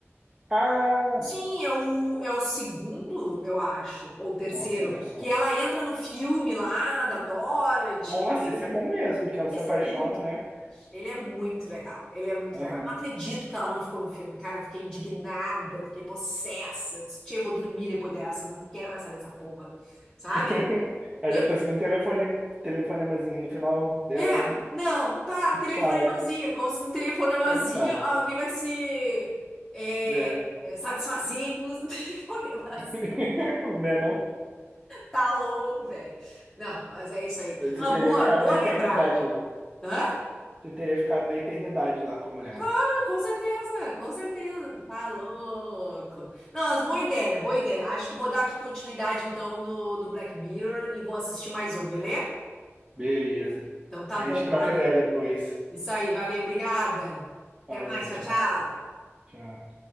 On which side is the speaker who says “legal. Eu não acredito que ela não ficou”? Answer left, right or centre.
Centre